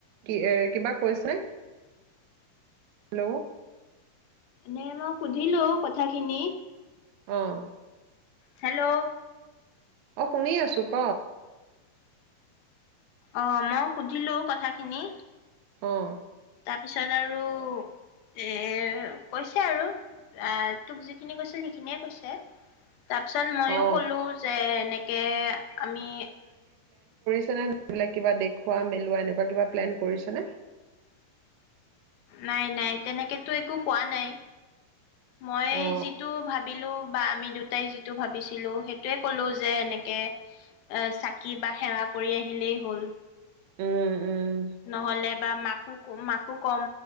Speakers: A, on the right (about 85°); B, on the left (about 80°).
A: কি এ' কিবা কৈছে নে? হেল্ল'।
B: এনে মই সুধিলো কথাখিনি।
A: অঁ।
B: হেল্ল'।
A: অ' শুনি আছো ক'।
B: অ' মই সুধিলো কথাখিনি।
A: অঁ।
B: তাৰপিছত আৰু এ কৈছে আৰু আ তোক যিখিনি কৈছিল সেইখিনিয়ে কৈছে। তাৰপিছত ময়ো
A: অ
B: ক'লো যে এনেকে আমি।
A: তেনেহলে এইবোৰ কিবা দেখুওৱা-মেলোৱা এনেকুৱা কিবা প্লেন কৰিছে নে?
B: নাই - নাই তেনেকেতো একো কোৱা নাই। মই
A: অ
B: যিটো ভাবিলো, বা', আমি দুটাই যিটো ভাবিছিলো সেইটোৱে ক'লো যে- এনেকে এ', চাকি বা সেৱা কৰি আহিলেই হ'ল।
A: উম। উম
B: নহ'লে বা মাক, ককম', -মাকো কম,